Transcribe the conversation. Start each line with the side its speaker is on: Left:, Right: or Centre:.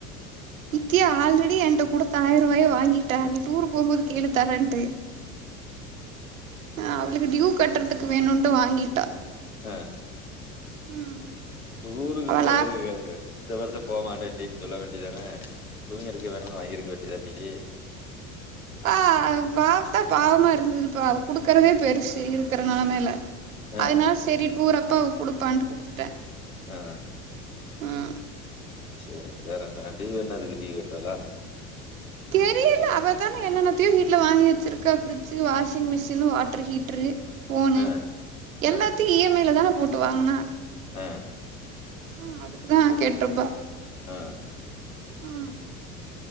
Right: வித்தியா ஆல்ரெடி ஏண்ட்ட கூடுத்த ஆயிர ரூவாய வாங்கிட்டாரு டூர் போம்போது கேழு தரன்ட்டு ஆ அவளுக்கு டியூ கட்டுறதுக்கு வேணும்ட்டு வாங்கிட்டா
Left: அ
Right: ம்
Left: டூருக்கு
Right: அவ
Left: போறது
Right: லேப்
Left: கேக்காது இந்த வருஷ போமாட்டேண்டின்னு சொல்ல வேண்டியதான துணி எடுக்க வேணு வாங்கிருக்க வேண்டியதான நியீ
Right: பா பாவத்தா பாவமா இருந்தது பா குடுக்குறதே பெருசு இருக்கிற நெலமையல
Left: ஆ
Right: அதனால சரி டூரப்பா அவ குடுப்பான்ட்டு குடுத்துட்டே
Left: ஆ
Right: ம்
Left: சரி வேற என்ன டிவ என்ன அதுக்கு டீவ கட்றாளா
Right: தெரியல அவதானே என்னென்னத்தையு வீட்ல வாங்கி வச்சிருக்கா ஃப்ரிட்ஜு வாஷிங் மிஷின்னு வாட்ரு ஹீட்ரு போனு
Left: ஆ
Right: எல்லாத்தையு
Left: ஆ
Right: இ எம் ஐல தான போட்டு வாங்கனா
Left: ஆ
Right: ஆ அதுக்குதா கேட்ருப்பா
Left: ஆ
Right: ம்